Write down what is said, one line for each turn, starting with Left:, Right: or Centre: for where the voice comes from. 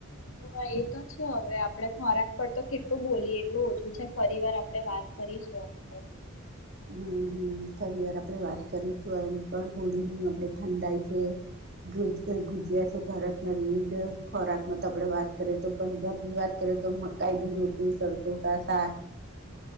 Left: હા એતો છે. હવે આપડે ખોરાક પર તો કેટલું બોલીએ એટલું ઓછું છે. ફરી વાર આપણેે વાત કરીશું એના પર.
Right: હમ્મ, હમ્મ ખરી વા પડે વાત કરીશું એમ. પણ હોળીની આપડે ઠંડાઈ છે, ગુજ એ ગુજયા છે ભારતના વિવિધ તે ખોરાક ને આપડે વાત કરીએ તો પંજાબ ની વાત કરીએ. તો મકાઈ દી રોટી, સરસો કા સાક.